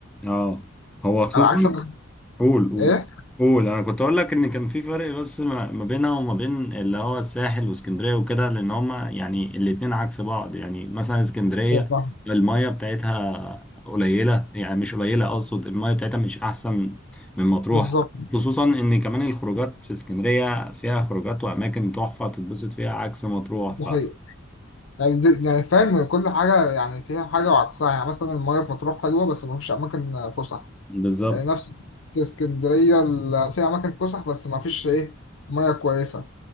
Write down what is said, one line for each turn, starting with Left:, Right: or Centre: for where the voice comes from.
Centre: اه هو خصوصا
Left: على عكس ما-
Centre: قول قول
Left: إيه؟
Centre: قول انا كنت اقول لك ان كان في فرق بس ما ما بينها وما بين اللي هو الساحل واسكندريه وكده لان هما يعني الاتنين عكس بعض يعني مثلا اسكندريه
Left: أيوة فاهم.
Centre: الميه بتاعتها قليله يعني مش قليله اقصد الميه بتاعتها مش احسن من مطروح
Left: بالظبط
Centre: خصوصا ان كمان الخروجات في اسكندريه فيها خروجات واماكن تحفه تتبسط فيها عكس مطروح
Left: دي
Centre: ف
Left: حقيقة يعني, دي يعني فاهم كل حاجة يعني فيها حاجة وعكسها يعني مثلا المياه في مطروح حلوة بس مفيش أماكن فسح
Centre: بالظبط
Left: يعني نفس اسكندرية ال- في أماكن فسح بس ما فيش إيه مياه كويسة